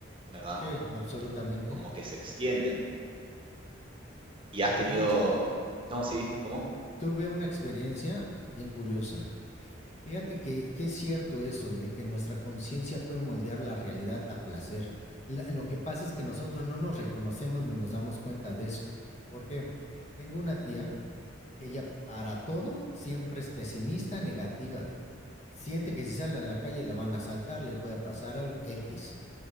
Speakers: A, on the right (about 25°); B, on the left (about 35°).
A: ¿verdad?
B: Sí, absolutamente.
A: Como que se extiende. Y has tenido...
B: De hecho,
A: No, sí, ¿cómo?
B: tuve una experiencia bien curiosa. Fíjate que, que es cierto eso, de que nuestra conciencia puede moldear la realidad a placer. La- lo que pasa es que nosotros no nos reconocemos ni nos damos cuenta de eso. ¿Por qué? Tengo una tía que ella para todo siempre es pesimista, negativa. Siente que si sale a la calle la van a asaltar, le puede pasar algo X.